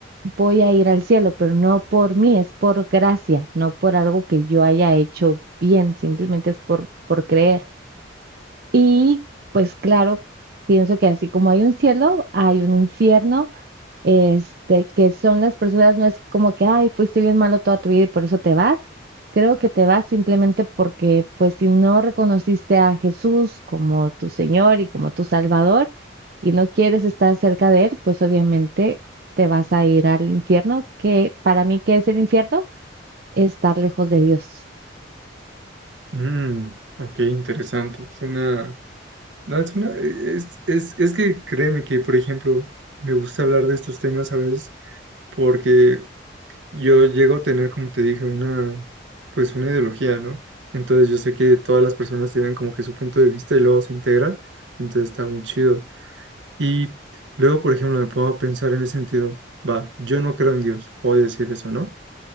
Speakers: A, on the right (about 50°); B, on the right (about 70°).
A: voy a ir al cielo, pero no por mí, es por gracia, no por algo que yo haya hecho bien, simplemente es por, por creer. Y pues claro, pienso que así como hay un cielo, hay un infierno, este, que son las personas, no es como que, ay, fuiste bien malo toda tu vida y por eso te vas. Creo que te vas simplemente porque, pues si no reconociste a Jesús como tu Señor y como tu Salvador y no quieres estar cerca de Él, pues obviamente te vas a ir al infierno, que para mí, ¿qué es el infierno? Estar lejos de Dios.
B: Mm, ok, interesante. Es una... No, es una... Es, es, es que créeme que, por ejemplo, me gusta hablar de estos temas a veces porque yo llego a tener, como te dije, una... pues una ideología, ¿no? Entonces yo sé que todas las personas tienen como que su punto de vista y luego se integran, entonces está muy chido. Y luego, por ejemplo, me pongo a pensar en el sentido, va, yo no creo en Dios, puedo decir eso, ¿no?